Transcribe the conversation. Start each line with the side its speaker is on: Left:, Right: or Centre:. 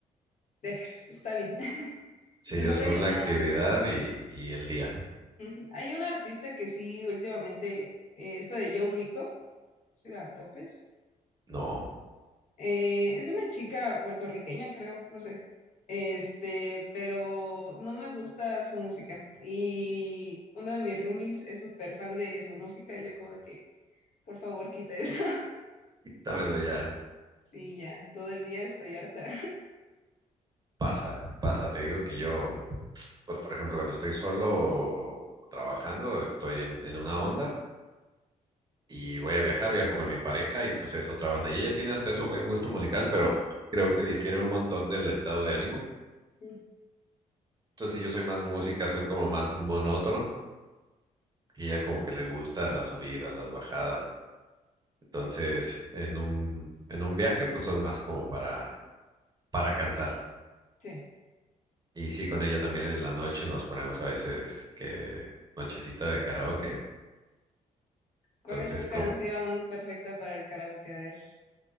Left: <laughs> déjalos, está bien. <laughs>
Right: Sí,
Left: Por
Right: yo
Left: ejemplo,
Right: según
Left: hay una,
Right: la actividad y, y el día.
Left: ujú, hay una artista que sí últimamente, eh, esta de Joe Mico, si la topes,
Right: No,
Left: eh, es una chica puertorriqueña, creo, no sé, este, pero no me gusta su música y uno de mis roomies es súper fan de su música y yo como de que, por favor, quita eso.
Right: dámelo ya.
Left: Sí, ya, todo el día estoy harta.
Right: Pasa, pasa. Te digo que yo, pues por ejemplo, cuando estoy solo trabajando, estoy en, en una onda y voy a viajar, viajo con mi pareja y pues es otra onda. Y ella tiene hasta eso buen gusto musical, pero creo que difiere un montón del estado de ánimo.
Left: <laughs>
Right: Entonces, si yo soy más música, soy como más monótono y ella como que le gusta las subidas, las bajadas. Entonces, en un, en un viaje, pues son más como para, para cantar.
Left: Sí.
Right: Y sí, con ella también en la noche nos ponemos a veces que nochecita de karaoke.
Left: ¿Cuál
Right: Entonces,
Left: es tu canción
Right: con
Left: perfecta para el karaoke? A ver.